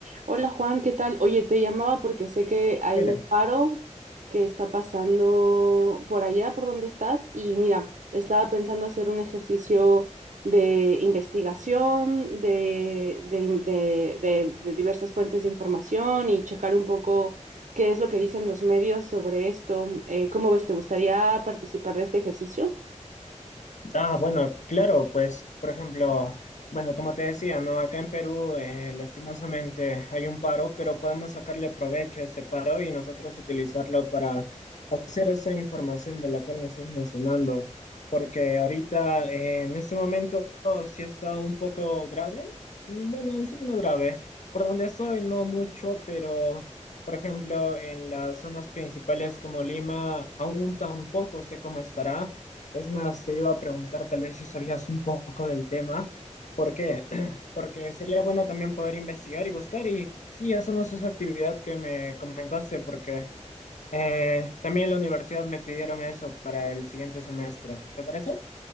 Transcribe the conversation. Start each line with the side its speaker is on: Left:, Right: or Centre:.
Right: Hola Juan, ¿qué tal? Oye, te llamaba porque sé que hay
Left: Velan.
Right: un paro que está pasando por allá, por donde estás, y mira, estaba pensando hacer un ejercicio de investigación, de, de, de- de- de diversas fuentes de información y checar un poco qué es lo que dicen los medios sobre esto. Eh, ¿cómo ves? ¿Te gustaría participar de este ejercicio?
Left: Ah, bueno, claro, pues, por ejemplo, bueno, como te decía, ¿no? Acá en Perú, eh, lastimosamente hay un paro, pero podemos sacarle provecho a ese paro y nosotros utilizarlo para hacer esa información de la cual me estás mencionando, porque ahorita, eh, en este momento, sí está un poco grave. Mm, Bueno, en sí no grave. Por donde estoy, no mucho, pero... Por ejemplo, en las zonas principales como Lima, aún tampoco sé cómo estará, Es más, te iba a preguntar tal vez si sabías un poco del tema. ¿Por qué? <clears throat> Porque sería bueno también poder investigar y buscar. Y sí, hacemos esa actividad que me comentaste, porque eh, también en la universidad me pidieron eso para el siguiente semestre. ¿Te parece?